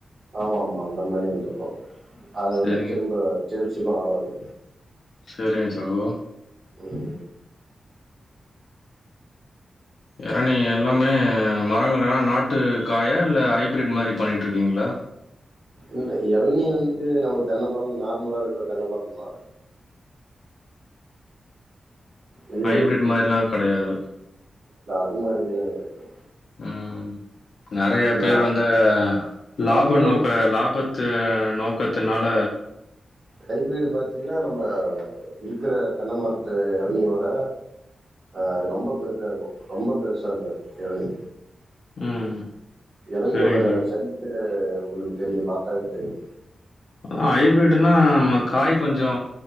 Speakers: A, on the right; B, on the left.
A: ஆமா ஆமா அந்த மாரி வந்துரு அத
B: சரிங்க
A: வந்து திரும்ப தெவ்ச்சுக்கூ ஆகாது
B: செரிங்க சகோ
A: ம்
B: எரநீ எல்லாமே மரங்கள்லா நாட்டு காயா இல்ல ஹைப்ரிட் மாரி பண்ணிகிட்டுருக்கீங்ளா
A: இல்ல எளநீ வந்து நம்ம தென்ன மரம் நார்மலா இருக்கிற தென்ன மரந்தா இது
B: ஹைப்ரிட் மாரில்லா கெடையாது
A: அந்த மாரி இதெல்லா கெடையாது
B: ம் நறைய
A: நம்ம
B: பேர் வந்து லாப
A: ஹைபிரிட்
B: நோக்க லாபத்து நோக் கத்துனால
A: ஹைபிரடு பாத்தீங்கனா நம்ப இருக்கிற தென்ன மரத்த எளநீயோட அது ரொம்ப பெருதா இருக்கூ ரொம்ப பெருசா இருக்கூ அது எளநீ
B: ம்
A: எளநீயோட
B: சரிங்க சகோ
A: சைசு உங்களுக்கு தெரியு பாத்தாவே தெரியு
B: அ ஹைப்ரிட்டுனா நம்ம காய் கொஞ்சொ